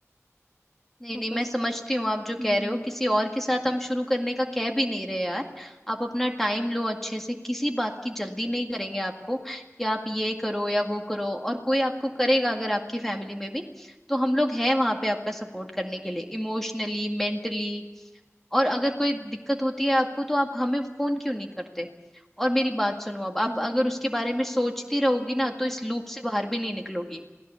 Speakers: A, in the centre; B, on the right.
A: नहीं
B: तो
A: नहीं मैं
B: बस
A: समझती हूँ आप जो
B: हम्म
A: कह रहे हो किसी और के साथ हम शुरू करने का कह भी नहीं रहे यार आप अपना टाइम लो अच्छे से किसी बात की जल्दी नहीं करेंगे आपको कि आप ये करो या वो करो और कोई आपको करेगा अगर आपकी फैमिली में भी तो हम लोग हैं वहां पे आपका सपोर्ट करने के लिए इमोशनली मेंटली और अगर कोई दिक्कत होती है आपको तो आप हमें फोन क्यों नहीं करते और मेरी बात सुनो अब आप
B: हम्म
A: अगर
B: हम्म
A: उसके बारे में सोचती रहोगी ना तो इस लूप से बाहर भी नहीं निकलोगी